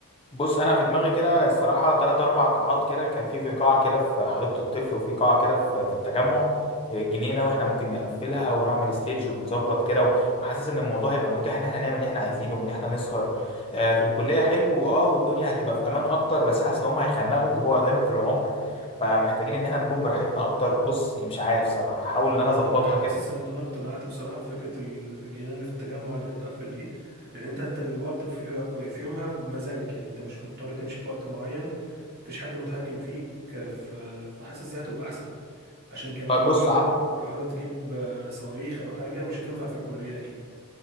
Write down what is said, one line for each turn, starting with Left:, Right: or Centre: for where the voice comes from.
Left: بص انا في دماغي كده الصراحه ثلاث اربع قاعات كده كان في في قاعه كده في حديقه الطفل وفي قاعه كده في في التجمع آه، جنينه واحنا ممكن نقفلها ونعمل ستيج ونظبط كده و- وحاسس ان الموضوع هيبقى متاح ان احنا نعمل اللي احنا عايزينه وان احنا نسهر آه، في الكليه حلو اه والدنيا هتبقى في امان اكتر بس حاسس ان هم هيخنقوا وهو قدامهم في العمر فمحتاجين ان احنا نكون براحتنا اكتر بص مش عارف صراحه هحاول
Right: انا
Left: ان انا اظبطها
Right: انا حاسس
Left: كده
Right: ان انا اقتنعت بصراحة بفكرة ال- الجنينة اللي في التجمع اللي تتقفل دي لان انت انت الوقت في في يومها بمزاجك يعني انت مش مضطر تمشي في وقت معين مفيش حد متحكم فيك ف- فحاسس دي هتبقى احسن عشان كمان
Left: طيب
Right: لو
Left: بص
Right: حابب
Left: عم
Right: لو حابب تجيب آه، صواريخ او حاجة مش هتنفع في الكلية اكيد